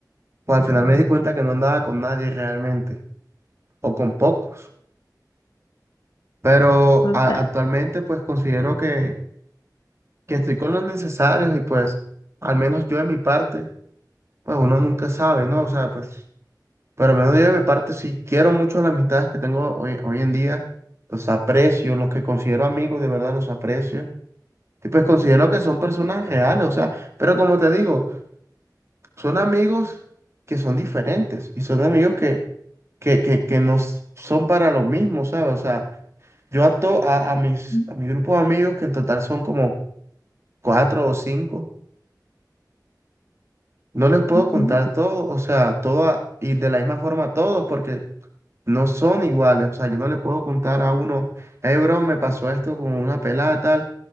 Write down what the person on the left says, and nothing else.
total.
Mm,
ujú,